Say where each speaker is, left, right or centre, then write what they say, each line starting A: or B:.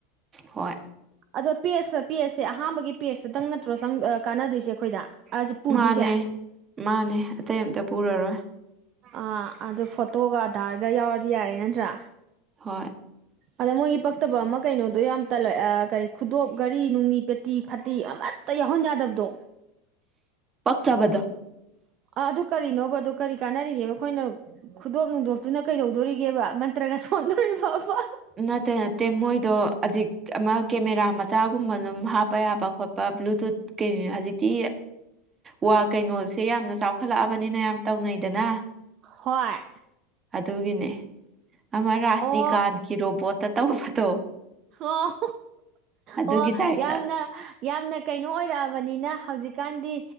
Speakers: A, on the right; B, on the right.
A: ꯍꯣꯏ
B: ꯑꯗꯣ ꯄꯦꯖ ꯄꯦꯖꯁꯦ ꯑꯍꯥꯟꯕꯒꯤ ꯄꯦꯖꯇꯨꯇꯪ ꯅꯠꯇ꯭ꯔꯣ ꯆꯪ ꯑ ꯀꯥꯟꯅꯗꯣꯏꯁꯦ ꯑꯩꯈꯣꯏꯗ ꯄꯨꯗꯣꯏꯁꯦ
A: ꯃꯥꯅꯦ ꯃꯥꯅꯦ ꯑꯇꯩ ꯑꯝꯇ ꯄꯨꯔꯔꯣꯏ
B: ꯑꯥ ꯑꯗꯨ ꯐꯣꯇꯣꯒ ꯑꯙꯥꯔꯒ ꯌꯥꯎꯔꯗꯤ ꯌꯥꯔꯦ ꯅꯠꯇ꯭ꯔꯥ
A: ꯍꯣꯏ
B: ꯑꯗ ꯃꯣꯏꯒꯤ ꯄꯛꯇꯕ ꯑꯃ ꯀꯩꯅꯣꯗꯣ ꯌꯥꯝ ꯇꯂ ꯑꯥ ꯀꯔꯤ ꯈꯨꯗꯣꯞ ꯘꯔꯤ ꯅꯨꯡꯅꯤ ꯄꯦꯠ ꯇꯤ ꯐꯠꯇꯤ ꯑꯃꯠꯇ ꯌꯥꯎꯍꯟ ꯌꯥꯗꯕꯗꯣ
A: ꯄꯛꯇꯕꯗꯣ
B: ꯑ ꯑꯗꯨ ꯀꯔꯤꯅꯣꯕ ꯑꯗꯨ ꯀꯔꯤ ꯀꯥꯟꯅꯔꯤꯒꯦꯕ ꯑꯩꯈꯣꯏꯅ ꯈꯨꯗꯣꯛ ꯅꯨꯡꯗꯣꯛꯇꯨꯅ ꯀꯩꯗꯧꯗꯣꯔꯤꯒꯦꯕ ꯃꯟꯇ꯭ꯔꯒ ꯁꯣꯟꯗꯣꯏꯕꯕ
A: ꯅꯠꯇꯦ ꯅꯠꯇꯦ ꯃꯣꯏꯗꯣ ꯍꯧꯖꯤꯛ ꯑꯃ ꯀꯦꯃꯦꯔꯥ ꯃꯆꯥꯒꯨꯝꯕ ꯑꯗꯨꯝ ꯍꯥꯞꯄ ꯌꯥꯕ ꯈꯣꯠꯄ ꯕ꯭ꯂꯨꯇꯨꯠ ꯀꯩꯅꯤ ꯍꯧꯖꯤꯛꯇꯤ ꯋꯥ ꯀꯩꯅꯣꯁꯦ ꯌꯥꯝꯅ ꯆꯥꯎꯈꯠꯂꯛꯑꯕꯅꯤꯅ ꯌꯥꯝ ꯇꯧꯅꯩꯗꯅ
B: ꯍꯣꯏ
A: ꯑꯗꯨꯒꯤꯅꯦ ꯑꯃ ꯔꯥꯖꯅꯤꯀꯥꯟꯒꯤ
B: ꯑꯣ
A: ꯔꯣꯕꯣꯠꯇ ꯇꯧꯕꯗꯣ
B: ꯑꯣ
A: ꯑꯗꯨꯒꯤ
B: ꯑꯣ
A: ꯇꯥꯏꯞꯇ
B: ꯌꯥꯝꯅ ꯌꯥꯝꯅ ꯀꯩꯅꯣ ꯑꯣꯏꯔꯛꯑꯕꯅꯤꯅ ꯍꯧꯖꯤꯛꯀꯥꯟꯗꯤ